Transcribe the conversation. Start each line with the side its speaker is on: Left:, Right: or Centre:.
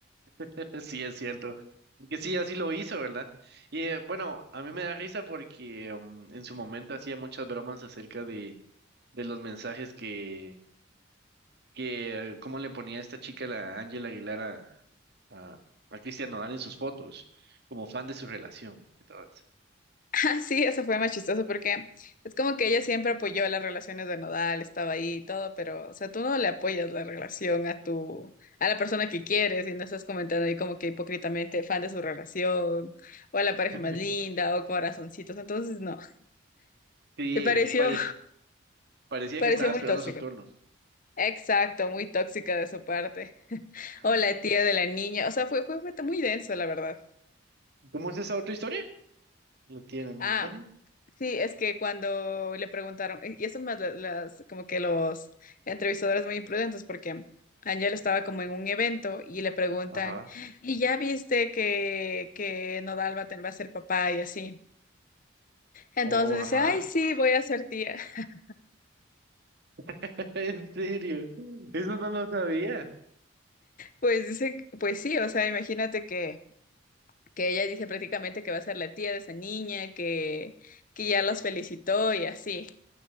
Right: <laughs> Sí, es cierto. Que sí, así lo hizo, ¿verdad? Y eh, bueno, a mí me da risa porque um, en su momento hacía muchas bromas acerca de, de los mensajes que, que eh, cómo le ponía esta chica, la Ángela Aguilar a, a Cristian Nodal en sus fotos, como fan de su relación y todo eso.
Left: Ah, sí, eso fue más chistoso porque es como que ella siempre apoyó las relaciones de nodal, estaba ahí y todo, pero, o sea, tú no le apoyas la relación a tu, a la persona que quieres y no estás comentando ahí como que hipócritamente fan de su relación o a la pareja
Right: <laughs>
Left: más linda o corazoncitos, entonces no.
Right: Sí,
Left: Me pareció,
Right: parec- parecía
Left: pareció
Right: que estaba esperando
Left: muy tóxico.
Right: su turno.
Left: Exacto, muy tóxica de su parte.
Right: Sí.
Left: O la tía de la niña. O sea, fue, fue, fue muy denso, la verdad.
Right: ¿Cómo es esa otra historia? No tiene la niña,
Left: Ah,
Right: ¿cómo se llama?
Left: sí, es que cuando le preguntaron, y eso más la- las, como que los entrevistadores muy imprudentes, porque Angel estaba como en un evento y le preguntan,
Right: Ajá.
Left: ¿y ya viste que, que Nodal va a, ten- va a ser papá y así? Entonces
Right: Oh,
Left: dice,
Right: ajá.
Left: ay, sí, voy a ser tía. <laughs>
Right: <laughs> En serio. Eso no lo sabía.
Left: Pues dice, pues sí, o sea, imagínate que que ella dice prácticamente que va a ser la tía de esa niña, que, que ya las felicitó y así.